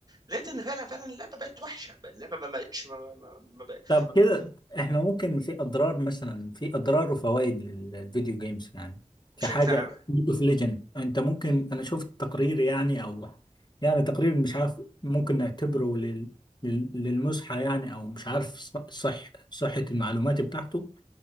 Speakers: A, on the right; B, on the left.
A: لقيت ان فعلا فعلا اللعبه بقت وحشه اللعبه ما بقتش ما ما ما بقت
B: طب كده احنا ممكن في اضرار مثلا في اضرار وفوائد للفيديو جيمز يعني
A: بشكل
B: كحاجه
A: عام
B: اوف ليجند انت ممكن انا شفت تقرير يعني او يعني تقرير مش عارف ممكن نعتبره لل لل- للمزحه يعني او مش عارف ص- صح صحه المعلومات بتاعته